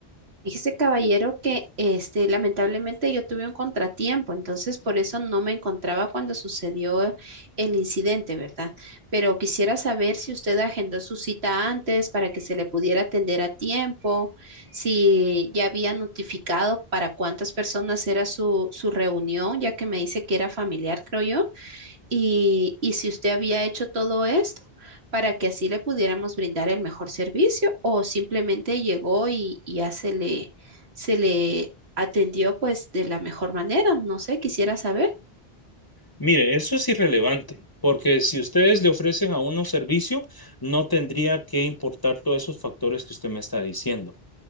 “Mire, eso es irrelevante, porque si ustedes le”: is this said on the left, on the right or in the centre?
Left